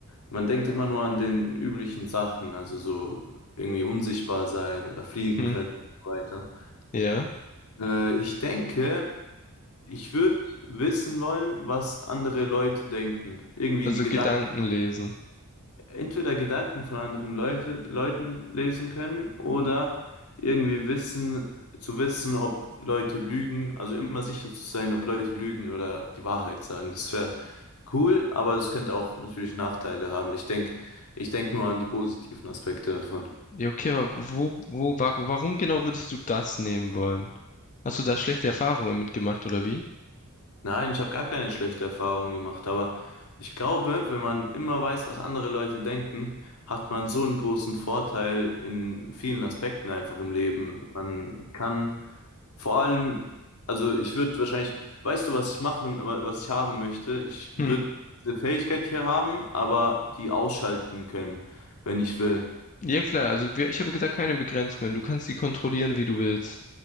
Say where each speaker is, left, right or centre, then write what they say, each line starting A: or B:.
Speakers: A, on the left; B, on the left.
A: Man denkt immer nur an den üblichen Sachen, also so irgendwie unsichtbar sein oder fliegen
B: mhm,
A: können und so weiter.
B: ja.
A: Äh, ich denke, ich würde wissen wollen, was andere Leute denken. Irgendwie
B: Also
A: die Gedanken.
B: Gedanken lesen.
A: entweder Gedanken von anderen Leute, Leuten lesen können oder irgendwie wissen, zu wissen, ob Leute lügen, also immer sicher zu sein, ob Leute lügen oder die Wahrheit sagen. Das wäre cool, aber es könnte auch natürlich Nachteile haben. Ich denke, ich denk nur an die positiven Aspekte davon.
B: Ja, okay, aber wo, wo, wa warum genau würdest du das nehmen wollen? Hast du da schlechte Erfahrungen mitgemacht oder wie?
A: Nein, ich habe gar keine schlechte Erfahrung gemacht, aber ich glaube, wenn man immer weiß, was andere Leute denken, hat man so einen großen Vorteil in vielen Aspekten einfach im Leben. Man kann Vor allem, also ich würde wahrscheinlich, weißt du, was ich machen, was ich haben möchte? Ich würde
B: Hm.
A: eine Fähigkeit hier haben, aber die ausschalten können, wenn ich will.
B: Ja klar, also wir, ich habe gesagt, keine Begrenzungen. Du kannst sie kontrollieren, wie du willst.